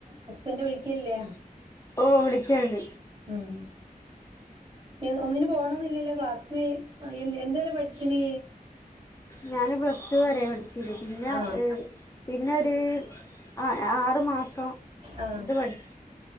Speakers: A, on the right; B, on the left.
A: ഹസ്ബന്റ് വിളിക്കൽല്ലേ
B: ഓഹ് വിളിക്കല്ണ്ട്
A: ഉം ഏത് ഒന്നിനും പോണോന്നില്ലല്ലോ ക്ലാസ്സിന് എന്ത്‌ എന്തുവരെ പഠിച്ചിനീ
B: ഞാന് പ്ലസ് ടു വരെ പഠിച്ചിന് പിന്നെ
A: ആ
B: ഏഹ് പിന്നെ ഒരു ആഹ് ആറ് മാസം
A: ആ
B: ഇത് പഠിച്